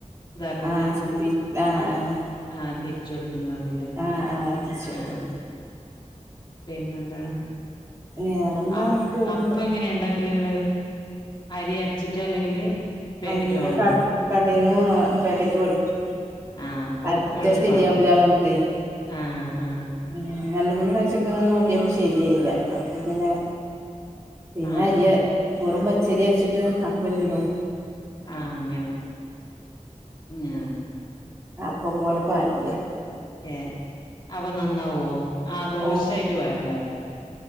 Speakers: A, on the left (about 35°); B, on the right (about 20°).
A: ഇതാക്കുന്ന
B: ആഹ് ഇച്ചിരി പീച്ച് ആഹ് ആഹ്
A: ആഹ് തിരിച്ച കൊടുക്കുന്ന അതില്
B: ആഹ് ആഹ് തിരിച്ച് കൊടുക്കും
A: ആഹ് പിന്നെന്താണ്
B: വേറെന്താ
A: അപ്
B: അങ്ങനെ പോവ്ണ്ട്
A: അപ്പങ്ങെനെ ണ്ടാക്കല്ങ്ങള് അരി അരച്ചിട്ടോ അല്ലെങ്കില് പാക്കറ്റ്
B: അല്ലപാദ്
A: വാങ്ങുന്നതോ
B: കടേന്ന് വാ പേക്കറ്റ് വേടിക്കാ
A: ആഹ് അപ്പൊ
B: അര്ച്ച
A: എളുപ്പാണ്
B: ശ്ചരിയാവുലാ പർഞ്ഞ്ട്ടയ്
A: ആഹ് ആഹ്
B: ഉം രണ്ട് മൂന്ന് പ്രാവശ്യൊക്കെ നോക്കിയപ്പശരിയായില അപ്പൊ പിന്നെ പിന്നെ
A: ആഹ്
B: അര്യാ വെറും പച്ചരിയര്ച്ചിട്ട് അപ്പം ചുടും
A: ആഹ് അങ്ങനെ മ്യാ
B: ആപ്പോംമ്പോലെ പാര്ല്ലേ
A: യെ അപ്പൊ നന്നാവോ ആഹ് ദോശയ്റ്റ്
B: ഓ
A: വാര്ണഅല്ലേ